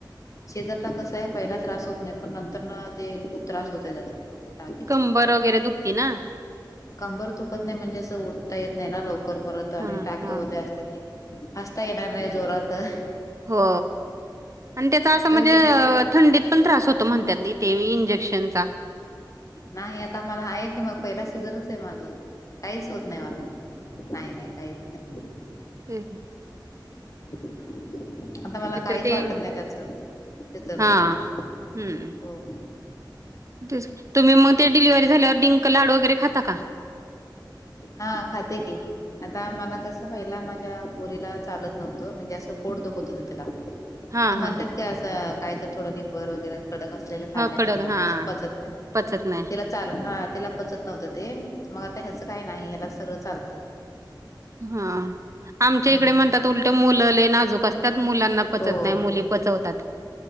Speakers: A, on the left; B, on the right.
A: सिझररला कस आहे पहिला त्रास होत नाही पण नंतर ना ते खूप त्रास होत आहे त्याचा. बकीेच
B: कंबर वगैरे दुखती ना.
A: कंबर दुखत नाही म्हणजे असं उटता येत नाही ना लवकर परत आणि
B: हां
A: टाक्या
B: हां.
A: ओल्या असते ती. ता येणार नाही जोरात ह.
B: हो आणि त्याच असं म्हणजे
A: गेल
B: अ थंडीत. पण त्रास होत म्हणतात देत ते इंजेक्शनचा
A: नाही आता मला आहे की मग पहिला शिजरच आहे माझं. काहीच होत नाही मला नाही नाही काहीच नाही.
B: हम.
A: <unintelligible> आता
B: नाहीतर
A: मला काहीच
B: ते
A: वाटत नाही त्याच शिजरच
B: हां.
A: पण हो.
B: हं. तेच तुम्ही मग ते डिलिव्ही झाल्यावर डिंक लाडू वगैरे खाता का?
A: हा खाते की आता मला कस? असं पहिला माझ्या पोरीला चालत नव्हतं म्हणजे असं पोट दुखत होत तिला
B: हां
A: ते म्हणतात.
B: हां.
A: असं काही तर थोडं निबर वगैरे कडक असलेलं खाल्लेलं
B: हा कडक
A: जरा
B: हा
A: पचत नाही
B: पचत नाही
A: तिला चाल हा तिला पचत नव्हतं ते मग आता ह्याचं काही नाही ह्याला सगळं चालतं.
B: हा. आमच्या
A: हम्म.
B: इकडे म्हणतात उलट मुलं लय नाजूक असतात मुलांना पचत
A: हो
B: नाही मुली पचवतात.